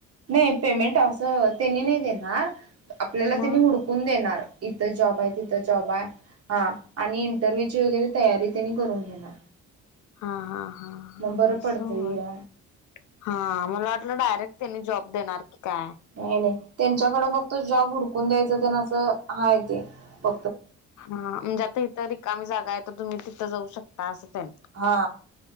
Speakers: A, on the right; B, on the left.
A: नाही पेमेंट असं तेणी नाही देणार. आपल्याला
B: मग
A: तेनि हुडकून देणार इथं जॉब हाय तिथं जॉब हाय. हा आणि इंटरव्ह्यूची वगैर तयारी तेनी करून घेणार.
B: हा हा हा हा
A: म बरं
B: असं
A: पडतय
B: होय
A: य.
B: हा मला वाटलं डायरेक्ट तेनी जॉब देणार. की काय
A: नाही नाही त्यांच्याकडें फक्त जॉब हुडकून द्यायचं तेन असं हाय ते फ
B: हा म्हणजे आता इथ रिकामी जागा हाय तर तुम्ही तिथं जाऊ शकताय असं ते
A: हा